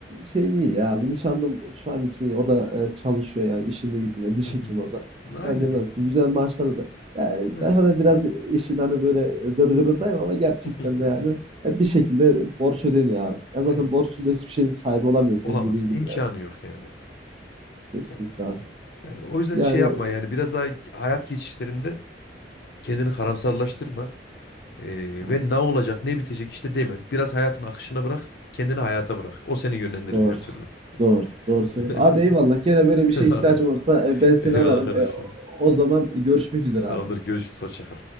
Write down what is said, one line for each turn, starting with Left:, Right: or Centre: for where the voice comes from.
Right: şey mi ya abi, nişanlım şu an için iyi. O da, eee, çalışıyor yani işinde gücünde, <laughs> diş
Left: Hı hı.
Right: hekimi o da.
Left: Aynen
Right: Ben de mühendisim.
Left: ya.
Right: Güzel maaşlarımız var. Yani
Left: Evet.
Right: ben hani biraz işin hani böyle gırgırındayım ama gerçekten
Left: <laughs>
Right: de yani, eee, bir şekilde borç ödeniyor abi. Ya zaten
Left: Evet.
Right: borçsuz da hiçbir şeyin sahibi olamıyor senin
Left: Olamazsın.
Right: dediğin gibi
Left: İmkanı
Right: yani.
Left: yok yani.
Right: Kesinlikle
Left: Yani
Right: abi.
Left: yani o yüzden
Right: Yani
Left: şey yapma yani biraz daha hayat geçişlerinde kendini karamsarlaştırma. Ee,
Right: tamam.
Left: ve ne olacak ne bitecek işte deme. Biraz hayatın akışına bırak. Kendini hayata bırak. O seni yönlendirir
Right: Doğru.
Left: her türlü.
Right: Doğru. Doğru söylüyorsun.
Left: <laughs>
Right: Abi eyvallah. Gene böyle bir şeye
Left: Anladım.
Right: ihtiyacım olursa, eee, ben seni
Left: Eyvallah
Right: ararım.
Left: kardeşim.
Right: Eee, o o zaman görüşmek üzere
Left: Tamamdır.
Right: abi.
Left: Görüşürüz. Hoşça kal.